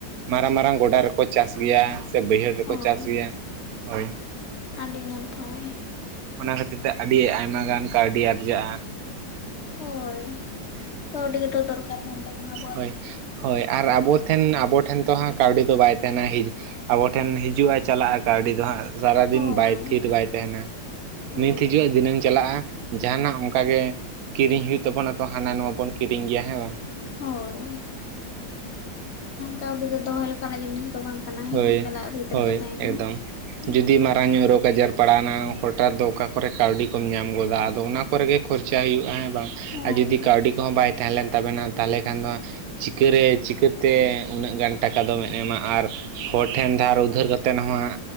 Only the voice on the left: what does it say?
ᱦᱳᱭ
ᱟᱹᱰᱤ ᱱᱟᱯᱟᱭ
ᱦᱳᱭ᱾ ᱠᱟᱹᱣᱰᱤ ᱜᱮᱛᱚ ᱫᱚᱠᱟᱨ ᱠᱟᱱ ᱛᱟᱵᱚᱱᱟ ᱟᱵᱚ᱾
ᱦᱳᱭ
ᱦᱳᱭ
ᱦᱳᱭ ᱠᱟᱹᱣᱰᱤ ᱫᱚ ᱫᱚᱦᱚ ᱞᱮᱠᱟᱱᱟᱜ ᱡᱤᱱᱤᱥ ᱫᱚ ᱵᱟᱝ ᱠᱟᱱᱟ ᱦᱤᱡᱩᱜ
ᱪᱟᱞᱟᱜ ᱵᱷᱤᱛ
ᱨᱮᱜᱮ ᱛᱟᱦᱮᱱᱟ
ᱦᱳᱭ
ᱦᱳᱭ